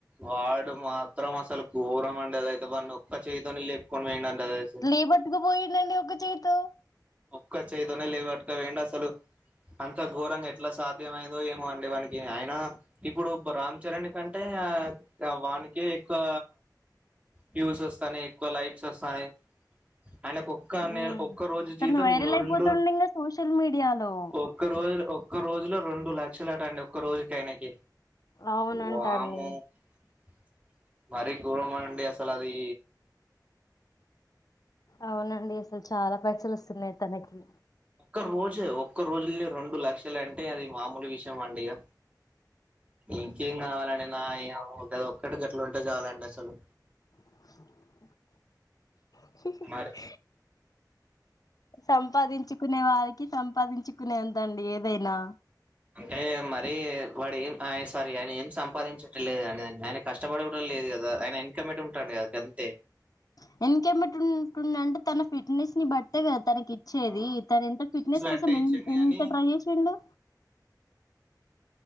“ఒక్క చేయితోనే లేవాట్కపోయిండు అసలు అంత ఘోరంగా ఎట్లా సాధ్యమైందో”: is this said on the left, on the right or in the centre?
Right